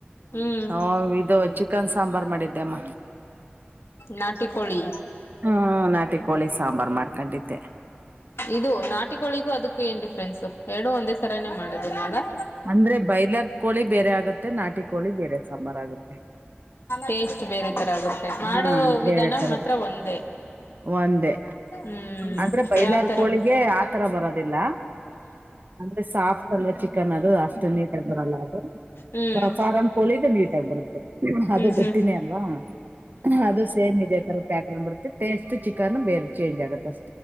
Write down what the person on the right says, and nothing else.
ಹ ಇದು ಚಿಕನ್ ಸಾಂಬಾರ್ ಮಾಡಿದ್ದೆಮ್ಮ.
ಹ್ಮ್ ನಾಟಿ ಕೋಳಿ ಸಾಂಬಾರ್ ಮಾಡ್ಕೊಂಡಿದ್ದೆ
ಅಂದ್ರೆ ಬೈಲರ್ ಕೋಳಿ ಬೇರೆ ಆಗತ್ತೆ ನಾಟಿ ಕೋಳಿ ಬೇರೆ ಸಾಂಬಾರ್ ಆಗುತ್ತೆ.
ಹಾ
ಬೇರೆ ತರದ
ಒಂದೇ.
ಅಂದ್ರೆ ಬೈಲರ್
ಕೋಳಿಗೆ
ಆತರ ಬರದಿಲ್ಲ ಅಂದ್ರೆ ಸಾಫ್ ಚಿಕನ್ ಅದು ಅಷ್ಟು ನೀಟಾಗಿ ಬರಲ್ಲ ಅದು.
ಫಾರಂ ಕೊಳಿದು ನೀಟಾಗಿ ಬರುತ್ತೆ ಅದು
ಗಟ್ಟಿನೇ
ಅಲ್ವಾ. ಅದು ಸೇಮ್ ಇದೇ ತರ ಪ್ಯಾಟ್ರನ್ ಬರುತ್ತೆ ಟೇಸ್ಟ್ ಚಿಕನ್ ಬೇರೆ ಚೇಂಜ್ ಆಗುತ್ತ.